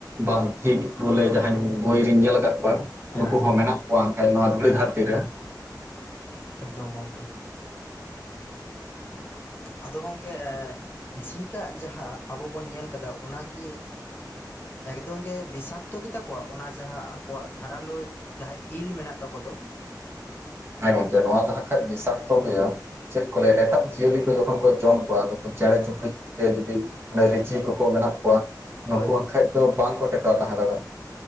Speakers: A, on the right; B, on the left.
A: ᱵᱟᱝ ᱡᱷᱤᱠ ᱵᱚᱞᱮ ᱡᱟᱦᱟᱸ ᱵᱚᱭᱨᱤᱧ ᱧᱮᱞ ᱟᱠᱟᱫ ᱠᱚᱣᱟ᱾ ᱱᱩᱠᱩ
B: ᱦᱮᱸ
A: ᱦᱚᱸ ᱢᱮᱱᱟᱜ ᱠᱚᱣᱟ ᱦᱟᱸᱜ ᱠᱷᱟᱡ ᱱᱚᱣᱟ ᱫᱷᱩᱲᱤ ᱫᱷᱟᱹᱨᱛᱤ ᱨᱮ᱾
B: ᱮᱠᱫᱚᱢ ᱜᱚᱝᱠᱮ᱾ ᱟᱫᱚ ᱜᱚᱝᱠᱮ ᱡᱷᱤᱠᱟᱜ ᱡᱟᱦᱟᱸ ᱟᱵᱚ ᱵᱚᱱ ᱧᱮᱞ ᱠᱟᱫᱟ ᱚᱱᱟᱠᱤ ᱮᱠᱫᱚᱢ ᱜᱮ ᱵᱤᱥᱟᱠᱛᱚ ᱜᱮ ᱛᱟᱠᱚᱣᱟ ᱚᱱᱟ ᱡᱟᱦᱟᱸ ᱟᱠᱚᱣᱟᱜ ᱫᱷᱟᱨᱟᱞᱳ ᱡᱟᱦᱟᱸ ᱤᱞ ᱢᱮᱱᱟᱜ ᱛᱟᱠᱚ ᱫᱚ᱾
A: ᱦᱮᱸ ᱜᱚᱝᱠᱮ ᱱᱚᱣᱟ ᱫᱚ ᱦᱟᱸᱜ ᱠᱷᱟᱡ ᱵᱤᱥᱟᱠᱛᱚ ᱜᱮᱭᱟ᱾ ᱪᱮᱫ ᱠᱚ ᱞᱟᱹᱭᱟ ᱮᱴᱟᱜ ᱡᱤᱭᱟᱹᱞᱤ ᱠᱚ ᱡᱚᱠᱷᱚᱱ ᱠᱚ ᱡᱚᱢ ᱠᱚᱣᱟ ᱱᱩᱠᱩ ᱪᱮᱸᱬᱮ ᱪᱩᱯᱩᱲᱤᱡ ᱥᱮ ᱡᱩᱫᱤ ᱨᱤᱪᱤ ᱠᱚᱠᱚ ᱢᱮᱱᱟᱜ ᱠᱚᱣᱟ ᱱᱩᱠᱩ
B: ᱦᱳᱭ
A: ᱦᱟᱸᱜ ᱠᱷᱟᱡ ᱫᱚ ᱵᱟᱝ ᱠᱚ ᱴᱮᱠᱟᱣ ᱛᱟᱦᱮᱸ ᱫᱟᱲᱮᱭᱟᱜ-ᱟ᱾